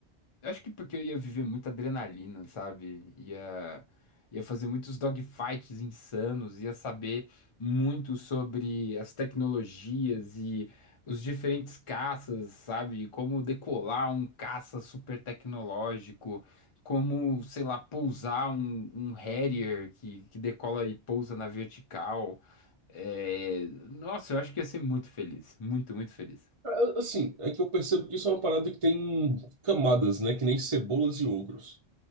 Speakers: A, on the left (about 35°); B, on the right (about 35°).
A: eu acho que porque eu ia viver muita adrenalina, sabe? Ia, ia fazer muitos dogfights insanos, ia saber muito sobre as tecnologias e os diferentes caças, sabe? Como decolar um caça super tecnológico, como, sei lá, pousar um, um Harrier que, que decola e pousa na vertical. É, Nossa, eu acho que ia ser muito feliz, muito, muito feliz.
B: Ah, Assim, é que eu percebo que isso é uma parada que tem camadas, né? Que nem cebolas e ogros.